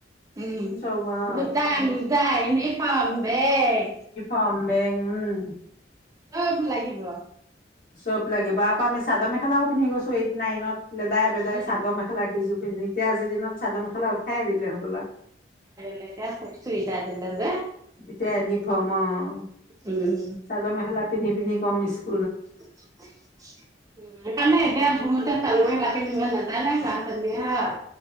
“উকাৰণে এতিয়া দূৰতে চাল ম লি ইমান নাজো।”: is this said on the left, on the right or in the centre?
Right